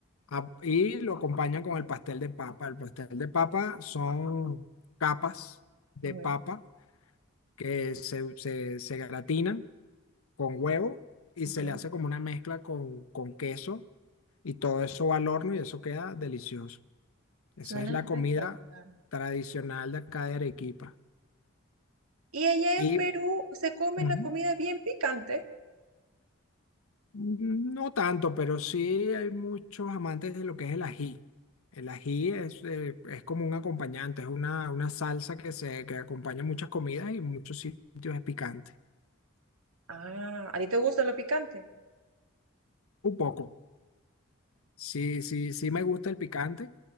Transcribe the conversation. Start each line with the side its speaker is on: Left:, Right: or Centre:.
Left: Ah, y lo acompañan con el pastel de papa. El pastel de papa son capas de
Right: Ujú,
Left: papa que se, se, se gratinan con huevo y
Right: ujú.
Left: se le hace como una mezcla con, con queso y todo eso va al horno y eso queda delicioso. Esa
Right: Suena
Left: es la
Right: espectacular.
Left: comida tradicional de acá de Arequipa.
Right: Y allá
Left: Y,
Right: en Perú se come
Left: ujú.
Right: la comida bien picante.
Left: No tanto, pero sí hay muchos amantes de lo que es el ají. El ají es, eh, es como un acompañante, es una, una salsa que se que acompaña muchas comidas y en muchos sitios es picante.
Right: Ah, ¿a ti te gusta lo picante?
Left: Un poco. Sí, sí, sí me gusta el picante,